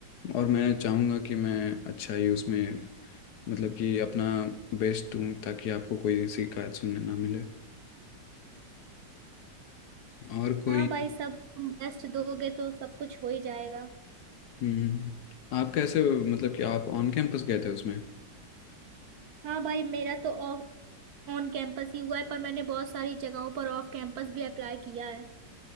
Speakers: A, on the left; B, on the right.
A: और मैं चाहूँगा कि मैं अच्छा ही उसमें मतलब कि अपना बेस्ट दूँ ताकि आपको कोई शिकायत सुनने ना मिले और कोई
B: हाँ भाई सब तुम बेस्ट दोगे तो सब कुछ हो ही जाएगा
A: हम्म आप कैसे मतलब कि आप ऑन कैंपस गए थे उसमें
B: हाँ भाई मेरा तो ऑफ ऑन कैंपस ही हुआ है पर मैंने बहुत सारी जगहों पर ऑफ कैंपस भी अप्लाई किया है